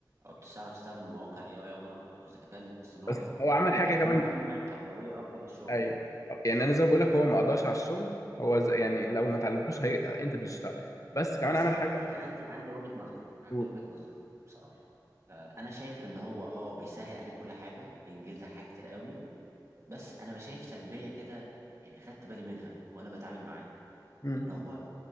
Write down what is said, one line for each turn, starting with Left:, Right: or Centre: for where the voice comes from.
Right: أو بتعرف تستخدم مواقع ال AI عموما أو الذكاء الاصطناعي
Left: بس هو عمل حاجه
Right: هيكونوا
Left: كمان
Right: هم الأولوية أكتر للشغل
Left: ايوه يعني انا زي ما بقول لك هو ما قضاش على الشغل هو زي يعني لو ما اتعلمتوش هي... انت مش هتشتغل بس كمان
Right: بس
Left: عمل
Right: أنا
Left: حاجه
Right: عندي عندي عندي وجهة نظر عندي
Left: قول
Right: وجهة نظر بصراحة آه، أنا شايف إن هو أه بيسهل عليك كل حاجة بينجز لك حاجات كتير قوي بس أنا بشايف سلبية كده يعني خدت بالي منها وأنا بتعامل معاه
Left: امم
Right: إن هو